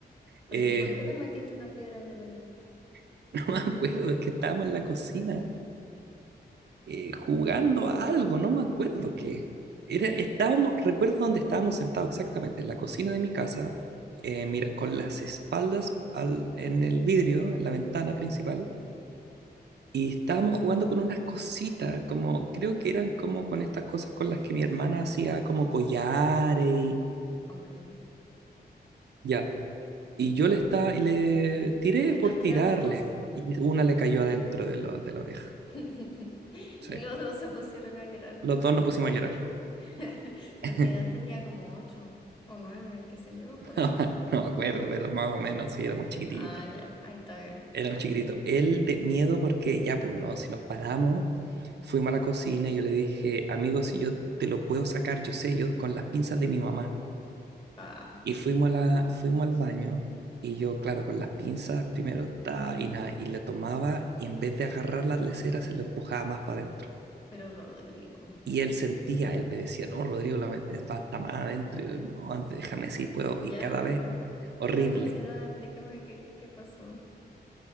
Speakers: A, on the right; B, on the left.
A: Eh,
B: O sea, ¿y por qué le metiste una piedra en el oído?
A: <laughs> no me acuerdo, es que estábamos en la cocina eh, jugando a algo, no me acuerdo qué. Era, estábamos, recuerdo dónde estábamos sentados exactamente, en la cocina de mi casa, eh, mira, con las espaldas al- en el vidrio, en la ventana principal, y estábamos jugando con unas cositas, como creo que eran como con estas cosas con las que mi hermana hacía como collares y...
B: Ok. Le
A: Ya. Y yo le, estaba, y le tiré
B: estás
A: por tirarle.
B: tirando cosas.
A: Y una le cayó adentro de, lo- de la oreja.
B: <laughs> Y
A: Sí.
B: los dos se pusieron a llorar, no
A: Los
B: puede
A: dos nos
B: ser.
A: pusimos a llorar.
B: <laughs> Pero
A: <laughs>
B: qué edad tenía como ocho o nueve, qué sé yo, por
A: No,
B: ahí.
A: no me acuerdo, pero más o menos, sí, éramos chiquititos.
B: Ah, ya, ahí está bien.
A: Éramos chiquititos. Él de miedo porque ya, pues no, si nos paramos, fuimos a la cocina y yo le dije, amigo,
B: <laughs>
A: si yo te lo puedo sacar, yo sé, yo con las pinzas de mi mamá.
B: Ah,
A: Y fuimos a la, fuimos al baño y yo, claro, con las pinzas primero ta, y nada, y le tomaba y en vez de agarrar las leceras se lo empujaba más para adentro.
B: pero Rodrigo,
A: Y él sentía, él me decía, no, Rodrigo, la mente está, está más adentro. Y yo, no, déjame si puedo.
B: ya.
A: Y cada vez, horrible.
B: Me está dando ansiedad, explícame qué, qué pasó.